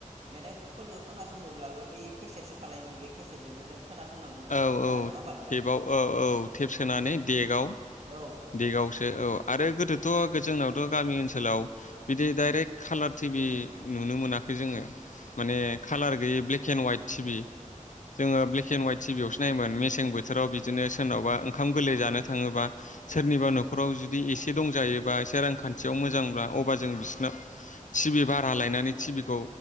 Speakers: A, on the right; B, on the left.
A: मेथाइफोरखौ खोनासंदोंब्लाबो बै केसेटसो थालायोमोन बे केसेटजोंनो जों खोनासंनांगौ जायोमोन
B: औ-औ
A: ना नङा होमबा नोंथां?
B: टेपाव औ-औ टेब सोनानै डेगआव
A: औ
B: डेगावसो औ आरो गोदो थ' जोंनावथ' गामि ओनसोलाव बिदि दाइरेक्ट खाालार टिभि नुनो मोनाखै जोङो माने खालार गैयि ब्लेक एन्ड हवाइट टिभि जोङो ब्लेक एन्ड हाइट टिभियावसो नायोमोन मेसें बोथोराव बिदिनो सोरनावबा ओंखाम गोरलै जानो थाङोबा सोरनिबा न'खराव जुदि एसे दंजायोबा एसे रांखान्थियाव मोजांब्ला अब्ला जों बिसोरनाव टिभि भारा लायनानै टिभि खौ